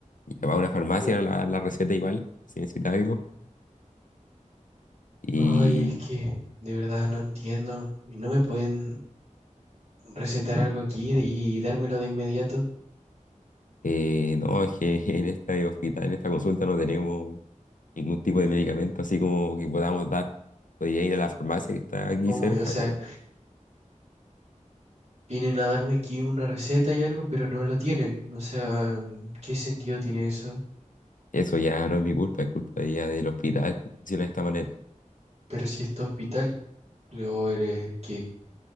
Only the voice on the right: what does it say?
Eh,
Ay, es que de verdad no entiendo. ¿Y no me pueden recetar algo aquí y dármelo de inmediato?
¿Cómo?
O sea,
vienen a darme aquí una receta y algo, pero no lo tienen. O sea, ¿qué sentido tiene eso?
Pero si esto es hospital, o eres qué.